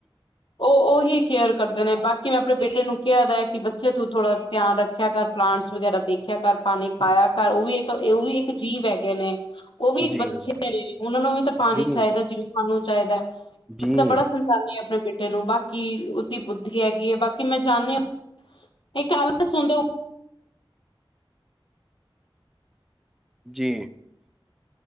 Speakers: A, on the left; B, in the centre.
A: ਉਹ ਉਹਹੀ ਕੇਅਰ ਕਰਦੇ ਨੇ ਬਾਕੀ ਮੈਂ ਆਪਣੇ ਬੇਟੇ ਨੂੰ ਕਿਹਾ ਕਿ ਬੱਚੇ ਤੂੰ ਥੋੜ੍ਹਾ ਧਿਆਨ ਰੱਖਿਆ ਕਰ ਪਲਾਂਟਸ ਵਗੈਰਾ ਦੇਖਿਆ ਕਰ ਪਾਣੀ ਪਾਇਆ ਕਰ ਉਹ ਵੀ ਇੱਕ ਉਹ ਵੀ ਇੱਕ ਜੀਵ ਹੈਗੇ ਨੇ ਉਹ ਵੀ ਇੱਕ
B: ਜੀ
A: ਬੱਚੇ ਨੇ ਉਹਨਾਂ ਨੂੰ ਵੀ ਤਾਂ ਪਾਣੀ
B: ਜੀ,
A: ਚਾਹੀਦਾ ਜਿਹੂੰ ਸਾਨੂੰ ਚਾਹੀਦਾ ਮੈਂ
B: ਜੀ।
A: ਤਾਂ ਬੜਾ ਸੰਚਾਲਨੀ ਆਪਣੇ ਬੇਟੇ ਨੂੰ ਬਾਕੀ ਉਹਦੀ ਬੁੱਧੀ ਹੈਗੀ ਹੈ ਬਾਕੀ ਮੈਂ ਚਾਨੀ ਹ ਇਹ ਆਲ ਸੁ ਹਣਦੇ
B: ਜੀ